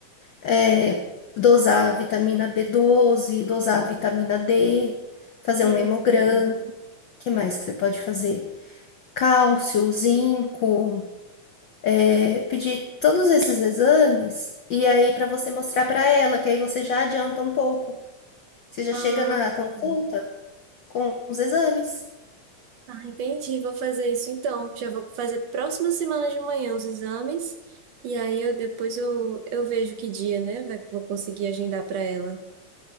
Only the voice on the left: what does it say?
é, dosar a vitamina B12, dosar a vitamina D, fazer
um hemograma. O que mais que você pode fazer? Cálcio, zinco, é, pedir todos esses exames e aí para você mostrar para ela, que aí você já adianta um pouco. Você já
chega na consulta. com os exames.